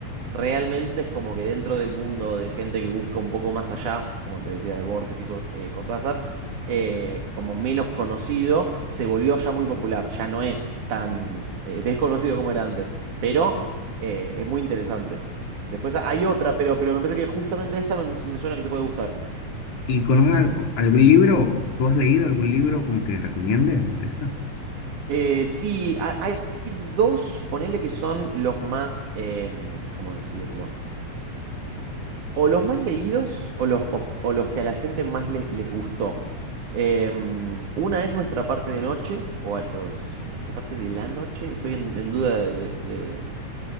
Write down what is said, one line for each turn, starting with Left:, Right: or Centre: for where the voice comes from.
Right: Realmente es como que dentro del mundo de gente que busca un poco más allá, como te decía de Borges y Cort- eh, Cortázar, eh, como menos conocido, se volvió ya muy popular, ya no es tan eh, desconocido como era antes, pero eh, es muy interesante. Después hay otra, pero, pero me parece que justamente esta me, me suena que te puede gustar.
Left: ¿Y conoces algo- algún libro? ¿Tú has leído algún libro como que recomiendes de esa?
Right: Eh, sí, ha- hay dos, ponele que son los más, em, ¿cómo decirlo? O los más leídos o los, os- o los que a la gente más le- les gustó. Em, una es nuestra parte de noche, o a los- nuestra parte de la noche, estoy en, en duda de, de- de-